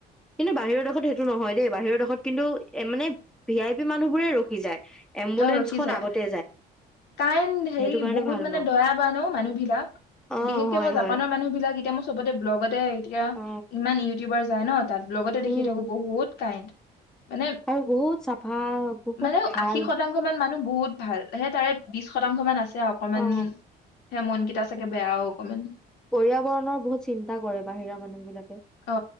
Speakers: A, in the centre; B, on the left (about 75°).
A: কিন্তু বাহিৰৰ দেশত সেইটো নহয় দেই, বাহিৰৰ দেশত কিন্তু এ মানে ভি আই মানুহবোৰে ৰখি যায় এম্বুলেন্ঞ্চখন
B: অ ৰখি যায়,
A: আগতে
B: টাইন হেৰি
A: সেইটো কাৰণে
B: বহুত
A: ভাল
B: মানে
A: পাওঁ
B: দয়াৱান অ', মানুহবিলাক,
A: অ
B: বিশেষকে
A: হয়
B: মই
A: হয়
B: জাপানৰ মানুহবিলাক, এতিয়া মই চবতে ব্লগতে এতিয়া
A: অ
B: ইমান ইউটিউবাৰ যায় নত তাত ব্ল'গতে লগতে
A: উম
B: দেখি থাকো বহুত কাইণ্ড। মানে
A: আৰু বহুত চাফা, বহুত
B: মানে
A: ভা
B: আশী শতাংশ মান মানুহ বহুত ভাল, হে তাৰে বিশ শতাংশ মান আছে আৰু অকণমান
A: অ
B: সে মনকেইটা চাগে বেয়াও কমেন
A: পৰিয়াবৰণৰ বহুত চিন্তা কৰে, বাহিৰা মানুহবিলাকে।
B: অ'